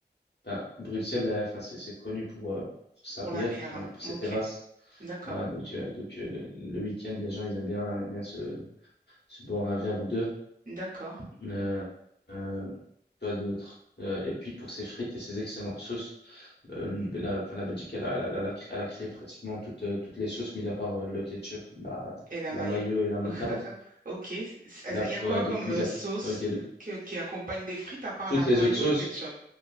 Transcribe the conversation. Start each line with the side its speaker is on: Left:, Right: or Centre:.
Left: Ben, Bruxelles, euh, enfin, c'est c'est connu pour, euh, pour sa
Right: Pour
Left: bière,
Right: la bière,
Left: enfin,
Right: hein.
Left: pour ses
Right: Ok,
Left: terrasses.
Right: d'accord,
Left: Voilà, donc, euh, donc, euh, le, le week-end, les gens, ils aiment bien, bien se, se boire un verre ou deux.
Right: d'accord.
Left: Euh, euh, pas d'autre. Euh, et puis pour ses frites et ses excellentes sauces, euh,
Right: Mhm.
Left: la, enfin, la Belgique, elle a, elle a- elle a cré- elle a créé pratiquement toutes, euh, toutes les sauces, mis à part euh, le ketchup, la,
Right: Et la
Left: la
Right: mayo.
Left: mayo et la moutarde.
Right: <laughs> Ok. Il
Left: La,
Right: y a quoi
Left: ouais, donc,
Right: comme
Left: mis
Right: euh,
Left: à,
Right: sauce
Left: ok, donc,
Right: que- qui accompagne des frites à part
Left: toutes
Right: la mayo
Left: les autres sauces.
Right: et le ketchup?